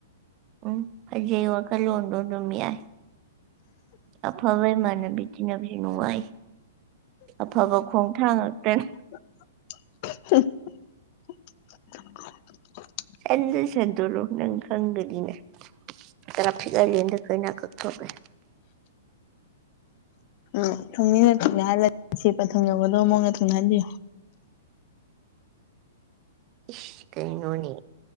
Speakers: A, on the right (about 40°); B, on the left (about 50°).
A: ꯎꯝ ꯐꯖꯩ ꯋꯥꯈꯜꯂꯣꯟꯗꯣ ꯑꯗꯨꯝ ꯌꯥꯏ ꯑꯐꯕꯏ ꯃꯥꯅ ꯕꯤꯖꯤ ꯅꯕꯤꯔꯤ ꯅꯅꯨꯡ ꯋꯥꯏ ꯑꯐꯕ ꯈꯣꯡꯊꯥꯡ ꯉꯥꯛꯛꯇꯅꯤ
B: <inaudible> <inaudible>
A: ꯍꯦꯟꯗ ꯁꯟꯗꯔꯣ ꯅꯪ ꯈꯪꯒꯅꯤꯅꯦ ꯈꯔꯥ ꯊꯤꯒꯂꯗ ꯑꯩꯅ ꯀꯛꯊꯣꯛꯔꯦ
B: ꯎꯝ ꯊꯃꯤ ꯍ ꯌꯥ ꯅꯨꯡꯁꯤ ꯄꯟꯊꯨꯡ ꯌꯧꯒꯗꯧꯕ ꯃꯑꯣꯡꯗ ꯊꯨꯡꯅ ꯍꯟꯕꯤꯌꯨ
A: ꯏꯁ ꯀꯅꯣꯅꯤ